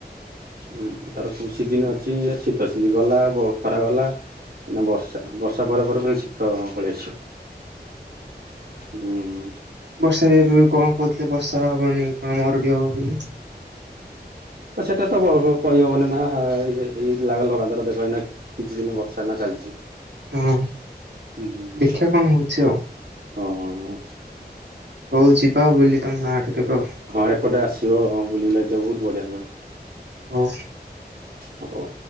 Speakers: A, on the right; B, on the right.
A: ହୁଁ ତାର ସବୁ ସିଜିିନ୍ ଅଛି ଇଏ ସି ତ <unintelligible> ଗଲା ବ ଖରା ଗଲା ଏଇନା ବର୍ଷା -ବର୍ଷା ପରେ ପରେ ଫୁଣି ଶୀ ତ ପଳେଇଆସିବ ହୁଁ।
B: ବର୍ଷାରେ ଏବେ କଣ କହୁଥିଲେ ବର୍ଷା ହବନି କଣ ମରୁଡ଼ି ହବ ବୋଲି।
A: ସେଟା ତ କହିହବନି ନା ଏ- ଏଇ ଲାଗ୍ ଲଗାତର ଦେଖ ଏଇନା କିଛି ଦିନ ବର୍ଷା ଏଇନା ଚାଲିଚି।
B: ହଁ
A: ହୁଁ- ହୁଁ-
B: ଦେଖିବା
A: ହୁଁ-
B: କଣ ହଉଛି ଆଉ।
A: ହଁ-ହଁ ହଁ।
B: ହଉ ଯିବା ଆଉ ବୁଲି ତମ ଗାଁ ଆଡ଼େ କେବେ ଆଉ?
A: ହଁ ଏପଟେ ଆସିବ ବୁଲି ବୁଲାକି ବହୁତ୍ ବଢ଼ିଆ ହୁଏ।
B: ଆଉ।
A: ହଉ।